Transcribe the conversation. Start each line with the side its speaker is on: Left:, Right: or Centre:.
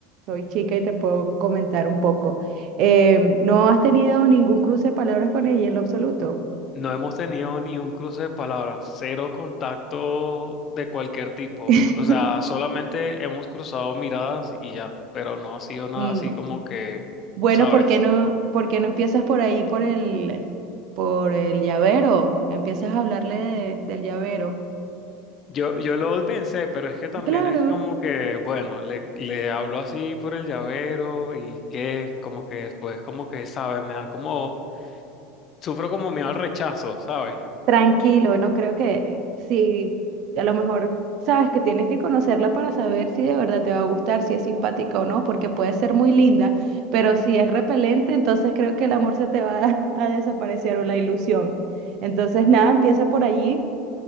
Right: soy chica y te puedo comentar un poco. Em, ¿no has tenido ningún cruce de palabras con ella en lo absoluto?
Left: No hemos tenido ni un cruce de palabras, cero contacto de cualquier tipo.
Right: <laughs>
Left: O sea, solamente hemos cruzado miradas y ya, pero no ha sido nada
Right: Mm,
Left: así como que,
Right: bueno,
Left: ¿sabes?
Right: ¿por qué no, por qué no empiezas por ahí, por el, por el llavero? Empiezas a hablarle de- del llavero.
Left: Yo, yo lo pensé, pero es que también
Right: Claro.
Left: es como que, bueno, le, le hablo así por el llavero y que como que después como que, ¿sabes? Me da como, sufro como miedo al rechazo, ¿sabes?
Right: Tranquilo, no creo que si a lo mejor sabes que tienes que conocerla para saber si de verdad te va a gustar, si es simpática o no, porque puede ser muy linda, pero si es repelente, entonces creo que el amor se te va <laughs> a, desaparecer o la ilusión. Entonces, nada, empieza por allí,